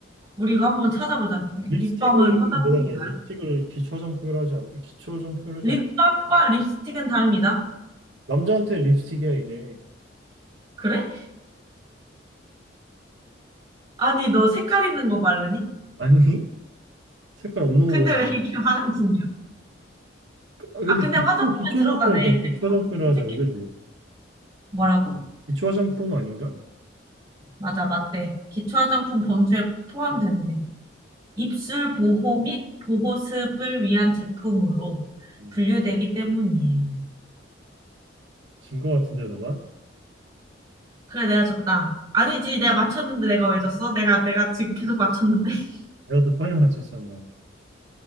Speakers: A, on the right; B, on the right.
A: 우리 이거 한번 찾아보자. 리-
B: 립스틱을
A: 립밤은 화장품인가요?
B: 뭐라 그래? 립스틱을 기초 화장품이라고 하지 않, 기초 화장품이라고 하지
A: 립밤과
B: 않아.
A: 립스틱은 다릅니다.
B: 남자한테 립스틱이야, 이게.
A: 그래? 아니, 너 색깔 있는 거 바르니?
B: 아니? 색깔 없는
A: 근데
B: 거보다.
A: 왜 이게 화장품이야?
B: 아, 근데
A: 아, 근데
B: 기초,
A: 화장품에
B: 기초
A: 들어가네.
B: 화장품 할 때,
A: 내가
B: 기초
A: 방금
B: 화장품을
A: 검색해.
B: 하자, 그러지.
A: 뭐라고?
B: 기초 화장품 아닌가?
A: 맞아, 맞대. 기초 화장품 범주에 포함된대. 입술 보호 및 보호습을 위한 제품으로
B: 음.
A: 분류되기 때문이에요.
B: 진거 같은데, 너가?
A: 그래, 내가 졌다. 아니지, 내가 맞췄는데 내가 왜 졌어? 내가, 내가 지금 계속 맞췄는데? <laughs>
B: 내가 더 빨리 맞췄잖아.